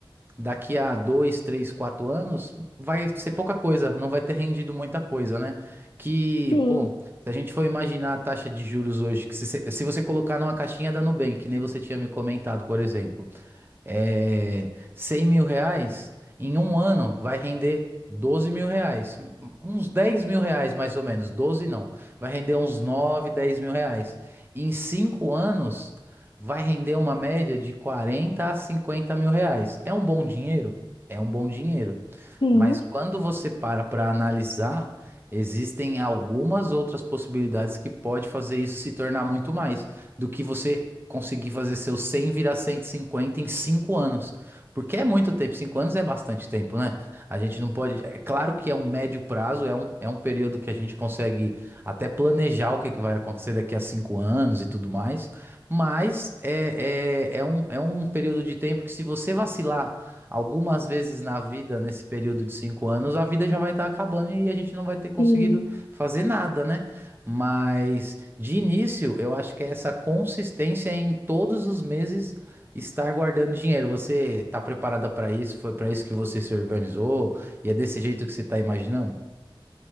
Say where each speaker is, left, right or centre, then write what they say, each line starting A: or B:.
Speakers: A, on the right; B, on the left.
A: daqui a dois, três, quatro anos, vai ser pouca coisa, não vai ter rendido muita coisa, né? Que,
B: Sim,
A: pô, se a gente for imaginar a taxa de juros hoje, que se, se você colocar numa caixinha da Nubank, que nem você tinha me comentado, por exemplo, é, 100 mil reais, em um ano vai render 12 mil reais. Uns 10 mil reais mais ou menos, 12 não. Vai render uns 9 10 mil reais. Em cinco anos, vai render uma média de 40 a 50 mil reais. É um bom dinheiro? É um bom dinheiro.
B: sim,
A: Mas quando você para para analisar, existem algumas outras possibilidades que pode fazer isso se tornar muito mais do que você conseguir fazer seus 100 virar 150 em 5 anos. Porque é muito tempo, 5 anos é bastante tempo, né? A gente não pode. É claro que é um médio prazo, é um, é um período que a gente consegue até planejar o que, é que vai acontecer daqui a 5 anos e tudo mais, mas é, é, é, um, é um período de tempo que, se você vacilar algumas vezes na vida, nesse período de 5 anos, a vida já vai estar acabando e a gente não vai ter conseguido
B: sim.
A: fazer nada, né? Mas de início, eu acho que é essa consistência em todos os meses estar guardando dinheiro. Você está preparada para isso? Foi para isso que você se organizou? E é desse jeito que você está imaginando?